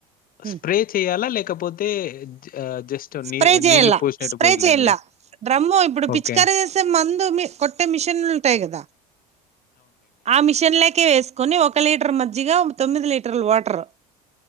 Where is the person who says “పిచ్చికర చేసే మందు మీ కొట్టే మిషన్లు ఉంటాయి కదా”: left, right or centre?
Right